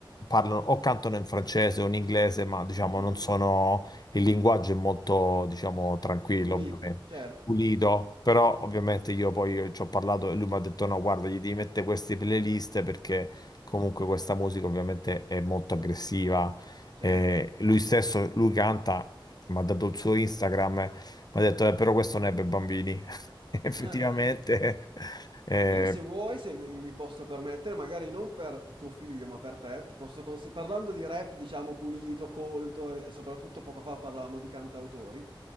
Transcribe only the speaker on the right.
Mhm.
Pulito,
certo,
certo.
<laughs>
Io se vuoi, se mi mi posso permettere, magari non per tuo figlio, ma per te, ti posso consi- parlando di rap, diciamo, pulito, colto, e soprattutto poco fa parlavamo di cantautori,